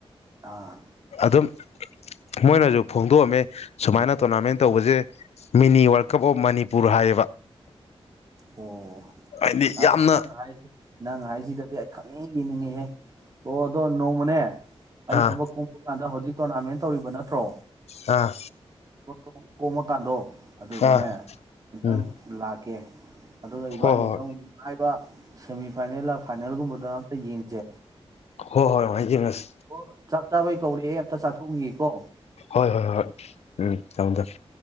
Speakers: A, on the right; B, on the left.
A: ꯑꯥ
B: ꯑꯗꯨꯝ ꯃꯣꯏꯅꯖꯨ ꯐꯣꯡꯗꯣꯛꯑꯝꯃꯦ ꯁꯨꯃꯥꯏꯅ ꯇꯣꯔꯅꯥꯃꯦꯟ ꯇꯧꯕꯖꯦ mini world cup of Manipur ꯍꯥꯏꯌꯦꯕ
A: ꯑꯣ
B: ꯍꯥꯏꯗꯤ ꯌꯥꯝꯅ
A: ꯑꯁ ꯅꯪ ꯍꯥꯏꯁꯤ ꯅꯪ ꯍꯥꯏꯁꯤꯗꯗꯤ ꯑꯩ ꯈꯪꯅꯤꯡ ꯌꯦꯡꯅꯤꯡꯉꯦꯍꯦ ꯑꯣ ꯑꯗꯣ ꯅꯣꯡꯃꯅꯦ ꯑꯩꯥꯏ
B: ꯑꯥ
A: ꯊꯕꯛ ꯀꯨꯝꯃ ꯀꯟꯗ ꯍꯧꯖꯤ ꯇꯣꯔꯅꯥ ꯃꯦꯟ ꯇꯧꯔꯤꯕ ꯅꯠꯇ꯭ꯔꯣ
B: ꯑꯥ
A: <unintelligible> ꯀꫭꯝꯃꯥ ꯀꯥꯟꯗꯣ ꯑꯗꯨꯗꯨꯅꯦ
B: ꯑꯥ
A: ꯑꯝꯇꯪ
B: ꯎꯝ
A: ꯂꯥꯛꯀꯦ ꯑꯗꯨꯒ ꯏꯕꯥꯅꯤ
B: ꯍꯣꯏ
A: ꯑꯝꯇꯪ ꯅꯨꯡꯉꯥꯏꯕ ꯁꯦꯃꯤ ꯐꯥꯏꯅꯦꯜꯂ ꯐꯥꯏꯅꯦꯜꯒꯨꯝꯕꯗ ꯑꯝꯇ ꯌꯦꯡꯁꯦ
B: ꯍꯣ ꯍꯣꯏ ꯍꯣꯏ ꯌꯦꯡꯉꯁꯦ
A: ꯑꯣ ꯆꯥꯛ ꯆꯥꯕꯩ ꯀꯧꯔꯛꯑꯦ ꯑꯝꯇ ꯆꯥꯊꯣꯛꯎ ꯒꯤꯒꯦꯀꯣ
B: ꯍꯣꯏ ꯍꯣꯏ ꯍꯣꯏ ꯎꯝ ꯊꯝꯃꯦ ꯊꯝꯃꯦ